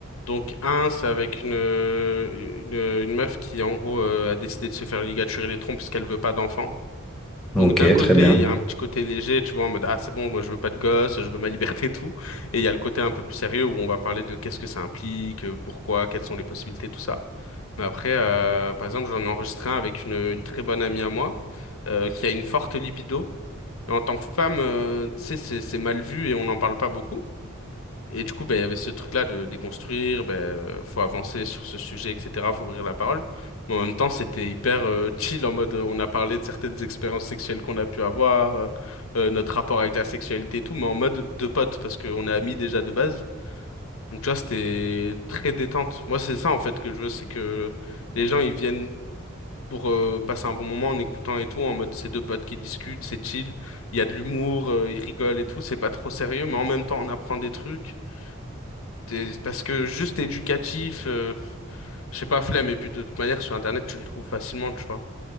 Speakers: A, on the left (about 80°); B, in the centre.
A: Donc, un, c'est avec une, euh, une, une meuf qui, en gros, euh, a décidé de se faire ligaturer les trompes parce qu'elle veut pas d'enfant.
B: Ok,
A: Donc d'un côté,
B: très bien.
A: il y a un petit côté léger, tu vois, en mode ah c'est bon, moi je veux pas de gosse, je veux ma liberté et tout. Et il y a le côté un peu plus sérieux où on va parler de qu'est-ce que ça implique, euh, pourquoi, quelles sont les possibilités, tout ça. Mais après, euh, par exemple, j'en ai enregistré un avec une, une très bonne amie à moi euh, qui a une forte libido. Et en tant que femme, euh, tu sais, c'est c'est mal vu et on n'en parle pas beaucoup. Et du coup, ben, il y avait ce truc-là de déconstruire, ben, euh, faut avancer sur ce sujet, etc., faut ouvrir la parole. Mais en même temps, c'était hyper euh, chill, en mode, euh, on a parlé de certaines expériences sexuelles qu'on a pu avoir, euh, euh, notre rapport avec la sexualité et tout, mais en mode de potes, parce qu'on est amis déjà de base. Donc, tu vois, c'était très détente. Moi, c'est ça, en fait, que je veux, c'est que les gens, ils viennent pour euh, passer un bon moment en écoutant et tout, en mode, c'est deux potes qui discutent, c'est chill, il y a de l'humour, euh, ils rigolent et tout, c'est pas trop sérieux, mais en même temps, on apprend des trucs. T'es- Parce que juste éducatif, euh, je sais pas, flemme, et puis de toute manière, sur Internet, tu le trouves facilement, tu vois.